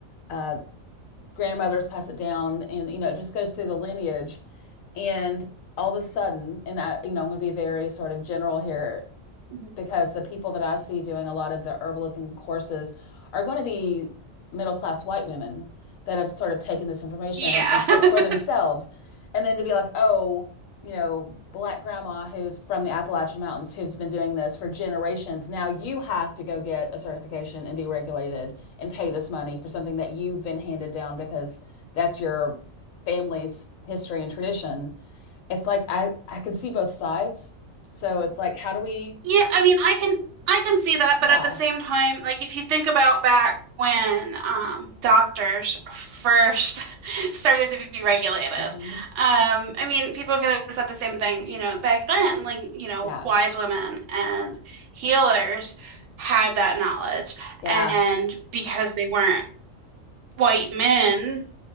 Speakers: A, on the left; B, on the right.
A: uh grandmothers pass it down and you know it just goes through the lineage and all of a sudden and I you know I'm going to be very sort of general here
B: Mhm.
A: because the people that I see doing a lot of the herbalism courses are going to be middle class white women that have sort of taken this information
B: Yeah.
A: and to,
B: <laughs>
A: for themselves. And then to be like, oh, you know, black grandma who's from the Appalachian Mountains who's been doing this for generations. Now you have to go get a certification and be regulated and pay this money for something that you've been handed down because that's your family's history and tradition. It's like I I can see both sides. So it's like how do we
B: Yeah, I mean, I can I can see that,
A: yeah,
B: but at the same time, like if you think about back when um, doctors first <laughs> started to be regulated,
A: hmm
B: um, I mean, people could have said the same thing, you know, back then, like, you know,
A: Yeah,
B: wise women and healers had that knowledge,
A: yeah,
B: and because they weren't white men,